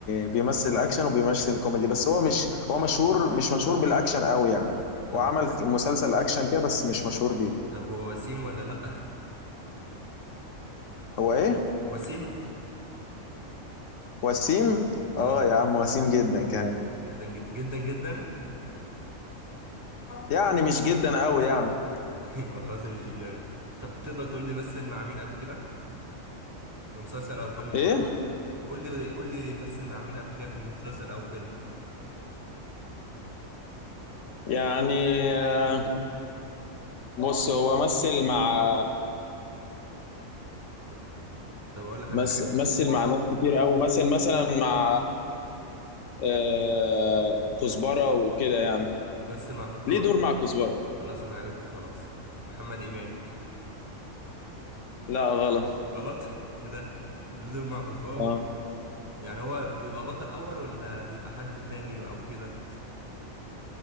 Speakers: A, on the left; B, on the right.
A: بيمثل أكشن وبيمثل كوميدي بس هو مش هو مشهور مش مشهور بالأكشن قوي يعني
B: طب
A: وعمل
B: هو
A: مسلسل أكشن كده بس مش مشهور بيه
B: طب هو وسيم ولا لأ
A: هو ايه
B: <laughs> وسيم
A: وسيم
B: اه
A: اه يا عم وسيم جدا كمان
B: جدا ج- جدا جدا
A: يعني مش جدا قوي يعني
B: <laughs> يبقى خلاص أنا مش في دماغي طب تقدر تقول لي مثل مع مين قبل كده في مسلسل او فيلم
A: ايه
B: معين ت- قول لي قول لي مثل مع مين قبل كده في مسلسل او فيلم
A: يعني آه، بص هو مثل مع
B: طب اقول لك
A: مثل,
B: على حاجه
A: مثل مع ناس كتير قوي مثل مثلا مع آه، كزبرة وكده يعني
B: مثل مع ك- اه
A: ليه دور مع كزبرة
B: خلاص انا عرفت خلاص محمد امام
A: لا غلط
B: غلط <laughs> ايه ده ليه دور مع كزبره
A: اه
B: و- يعني هو بيبقى بطل اول ولا بيبقى حد تاني او كده